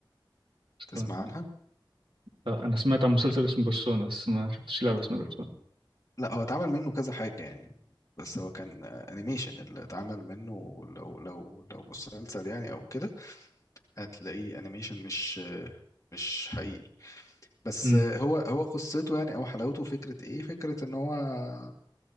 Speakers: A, on the right; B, on the left.
A: بيرسونا.
B: تسمع عنها؟
A: آه، انا سمعت عن مسلسل اسمه بيرسونا بس ما شفتش لعبة اسمها بيرسونا
B: لا هو اتعمل منه كذا حاجة يعني بس هو كان أنيميشن اللي اتعمل منه لو لو لو مسلسل يعني أو كده هتلاقيه أنيميشن مش آه، مش حقيقي بس
A: امم
B: آه، هو هو قصته يعني أو حلاوته فكرة إيه؟ فكرة إن هو آه،